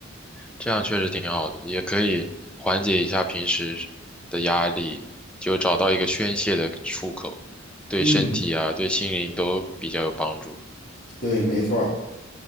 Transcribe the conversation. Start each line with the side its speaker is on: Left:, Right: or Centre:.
Centre: 这样确实挺好的，也可以缓解一下平时的压力，就找到一个宣泄的出口，对身体啊，
Left: 嗯，
Centre: 对心灵都比较有帮助。
Left: 对，没错儿